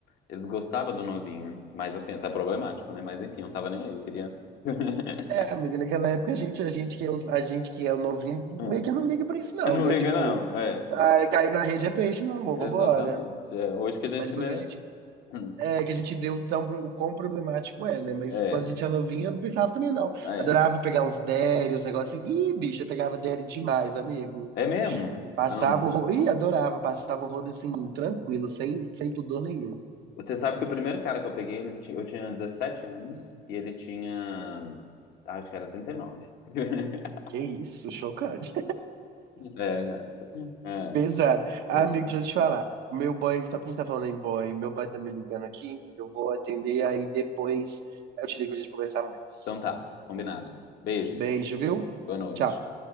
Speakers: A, on the left; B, on the right.
A: eles gostavam do novinho. Mas assim, até problemático, né? Mas enfim, eu não tava nem aí, eu queria. É,
B: É, amigo, naquela época a gente, a gente que é, os- a gente que é o novinho,
A: <laughs>
B: meio que não liga pra isso não,
A: Não
B: né?
A: liga,
B: Tipo,
A: não. É,
B: ai, caiu na rede é peixe, meu amor,
A: exatamente.
B: vambora.
A: É, hoje que a gente
B: Mas depois
A: lê.
B: que a gente,
A: hum,
B: é, que a gente vê o tão, pro- o quão problemático é, né? Mas
A: É,
B: quando a gente é novinha, eu não pensava também não.
A: é.
B: Adorava pegar uns derry, uns negócios assim. Ih, bicho, eu pegava derry demais, amigo.
A: É mesmo?
B: Passava
A: Amo.
B: o rodo, ih, adorava, passava o rodo assim, tranquilo, sem, sem pudor nenhum.
A: Você sabe que o primeiro cara que eu peguei, ele ti- eu tinha 17 anos e ele tinha. ah, Acho que era 39. <laughs>
B: Que isso, chocante.
A: É, cara. É,
B: Pesado. Ah,
A: pois
B: amigo,
A: é.
B: deixa eu te falar. O meu boy, só porque a gente tá falando em boy, meu boy tá me ligando aqui. Eu vou atender aí depois. Eu te ligo pra gente conversar mais.
A: Então tá, combinado. Beijo,
B: Beijo, viu?
A: boa noite.
B: Tchau.